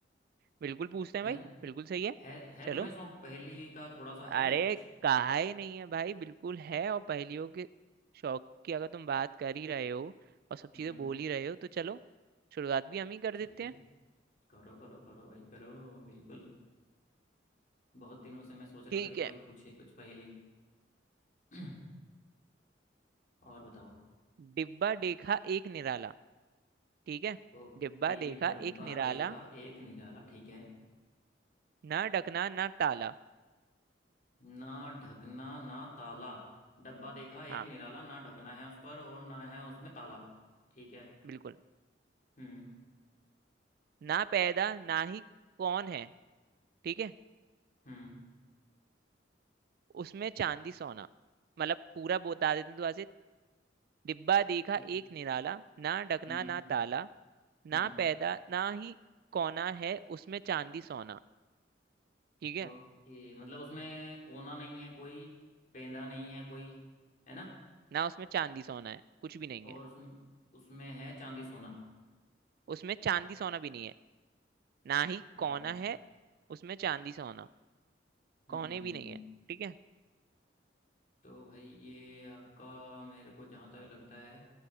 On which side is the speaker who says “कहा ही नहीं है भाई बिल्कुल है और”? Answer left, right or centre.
Right